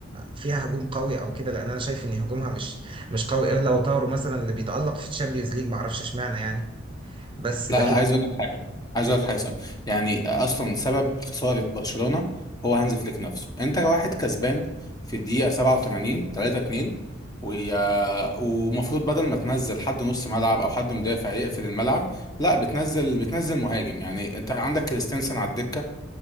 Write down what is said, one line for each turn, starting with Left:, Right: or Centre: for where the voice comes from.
Right: فيها هجوم قوي او كده لان انا شايف ان هجومها مش مش قوي الا لو طاروا مثلا اللي بيتألق في الشامبيونز ليج ما اعرفش اشمعنى يعني بس
Left: لا
Right: لكن
Left: لا عايز اقول لك حاجه عايز اقول لك حاجه صح يعني اصلا سبب خساره برشلونه هو هانز فليك نفسه انت واحد كسبان في الدقيقه 87 3 2 ويا- ومفروض بدل ما تنزل حد نص ملعب او حد مدافع يقفل الملعب لا بتنزل بتنزل مهاجم يعني انت عندك كريستنسن على الدكه